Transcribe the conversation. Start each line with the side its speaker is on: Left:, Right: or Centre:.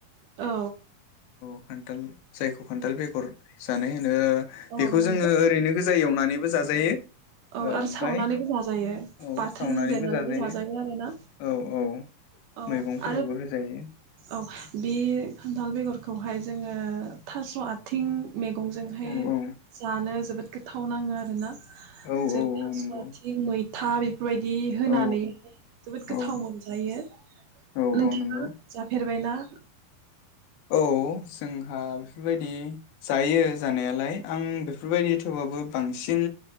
Right: औ
Left: खान्थाल जायखौ खान्थाल बेगर जानाय होनो ओ
Right: औ
Left: बेखौ
Right: नंगौ
Left: जोङो ओरैनो गो जा एवनानैबो जाजायो
Right: औ
Left: ओ
Right: आरो
Left: ओमफाय
Right: सावनानैबो
Left: औ
Right: जाजायो बाथोन
Left: सावनानैबो
Right: देनानैबो
Left: जाजायो
Right: आरोना
Left: औ औ
Right: औ
Left: मैगंफोरावबो
Right: आरो
Left: होजायो ।
Right: औ बे खान्थाल बेगरखौहाय जोङो थास' आथिं मेगंजोंहाय
Left: औ औ
Right: जानो जोबोद गोथाव नाङो आरोना
Left: औ
Right: जों
Left: औ
Right: थास'
Left: औ नंगौ
Right: आथिं मै था बेफोरबायदि होनानैहाय
Left: औ
Right: जोबोद गोथाव
Left: औ
Right: मोनजायो
Left: औ
Right: नोंथाङा
Left: औ नंगौ
Right: जाफेरबायना? <inaudible>
Left: औ जोंहा बेफोरबायदि जायो जानायालाय आं बेफोरबायदि थेवबाबो बांसिन